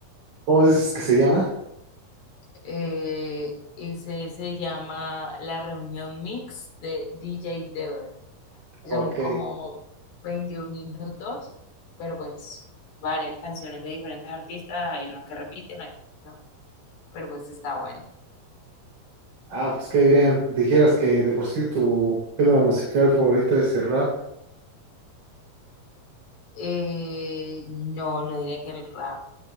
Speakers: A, on the right; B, on the left.
A: ¿Cómo dices que se llama?
B: Eh, ese se llama La Reunión Mix de DJ Dever, y
A: Ok.
B: son como 21 minutos, pero pues varias canciones de diferentes artistas, hay unos que repiten, hay otros que no, pero pues está bueno.
A: Ah, pues qué bien. Dijeras que de por sí tu género musical favorito es el rap,
B: Eh, no, no diría que el rap. O